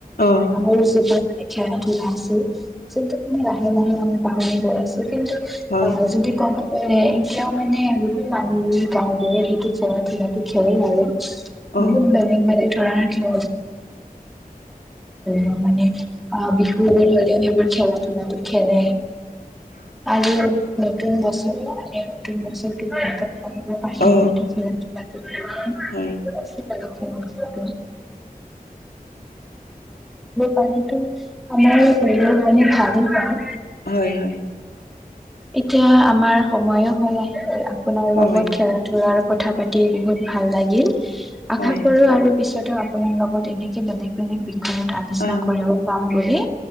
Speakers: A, on the left (about 85°); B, in the centre.
A: অহ।
B: আমাৰ যিটোৰ মানে খেলা ধূলা আছে সিটোৰ মানে লাহে লাহে মানে পাহৰি গৈ আছে। কিন্তু অ',
A: হয়
B: যদি কব। এ এতিয়াও মানে গোওত মানুহ গাঁৱৰে সেইটো খেলা ধূলটো খেলেই আৰু। বহুত
A: অ
B: বেলেগ ধৰনে <unintelligible> মানে অ', বিহুবোৰ হ'লেও সেইবোৰ খেলা ধূলা খেলে আৰু নতুন বস্ত নতুন বছৰ <unintelligible>
A: অ
B: <inaudible> চলব
A: হয়
B: পানীটো আমাৰ হল পান ভালে পান।
A: হয়, হয়।
B: এতিয়া আমাৰ সময়ো হয় আহ আপোনাৰ
A: হয়
B: লগত খেলা ধূলাৰ কথা পাতি বহুত ভাল লাগিল আশা
A: হয়
B: কৰো আৰু পিছতো আপোনাৰ লগত এনেকে বেলেগ বেলেগ বিষয়ত আলোচনা
A: অ
B: কৰিব পাম বুলি